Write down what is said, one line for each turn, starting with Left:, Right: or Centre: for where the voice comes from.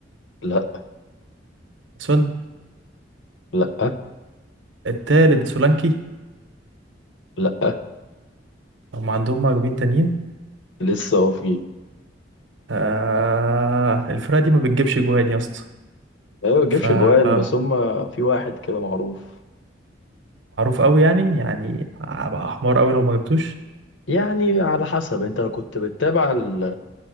Left: لا
Right: سون
Left: لا
Right: التالت سولانكي
Left: لا
Right: هم عندهم مهاجمين تانيين
Left: لسه هو في
Right: آه... الفرقه دي ما بتجيبش جوان يا اسطى
Left: ايوه ما بيجيبش
Right: فمعروف
Left: جوان بس هم في واحد كده معروف
Right: قوي يعني يعني هبقى احمر قوي لو ما جبتوش
Left: يعني على حسب انت لو كنت بتتابع ال-